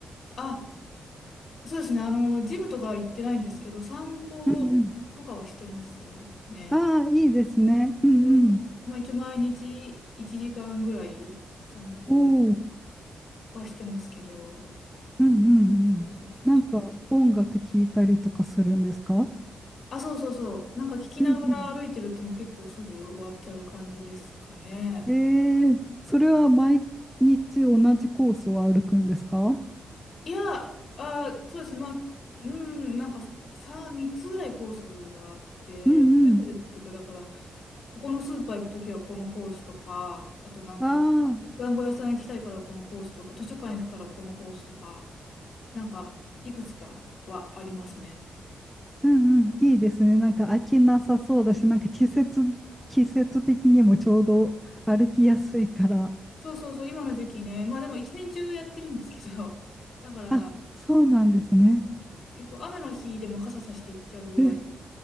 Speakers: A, on the left; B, in the centre.
A: あ、そうですね。あの、ジムとかは行ってないんですけど、散歩とかはしてますね。
B: うんうん。ああ、いいですね。うんうん。
A: いやまあ、一応毎日1時間ぐらい散歩
B: おお、
A: はしてますけど、
B: うんうんうん。
A: そうそうそう
B: なんか音楽聴いたりとかするんですか
A: あ、そうそうそう。なんか聞きながら歩いてるともう結構すぐ終わっちゃう感じですかね。
B: うんうん。えー、それは毎日同じコースを歩くんですか
A: いや、あ、そうですね。まあ、うん、なんかさ、3つぐらいコースがあって、
B: うんうん。
A: それぞれ例えばだから、ここのスーパー行くときはこのコースとか、あとなんか、
B: ああ、
A: お団子屋さん行きたいからこのコースとか、図書館行くからこのコースとか、なんか、いくつかはありますね。
B: うんうん。いいですね。なんか飽きなさそうだし、なんか季節、季節的にもちょうど歩きやすいから。
A: そうそうそう、今の時期ね。まあでも一年中やってるんですけど、だから、
B: あ、そうなんですね。
A: 結構雨の日でも傘さして行っちゃうぐらい、
B: え、